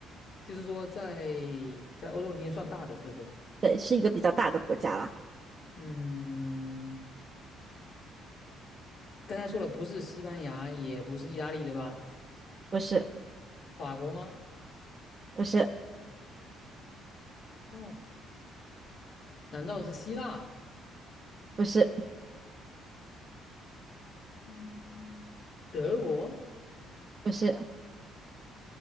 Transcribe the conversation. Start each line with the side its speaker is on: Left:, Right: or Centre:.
Left: 就是说在在欧洲里面算大的，是不是？
Right: 对，是一个比较大的国家啦，
Left: 嗯，刚才说了，不是西班牙，也不是意大利，对吧？
Right: 不是，
Left: 法国吗？
Right: 不是，
Left: 靠海，难道是希腊？
Right: 不是，
Left: 嗯德国？
Right: 不是，